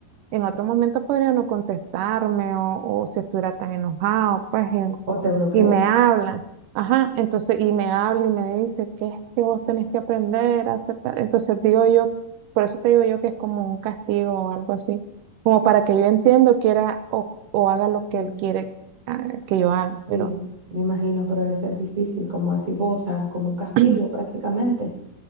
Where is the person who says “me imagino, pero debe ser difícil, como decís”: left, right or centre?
Right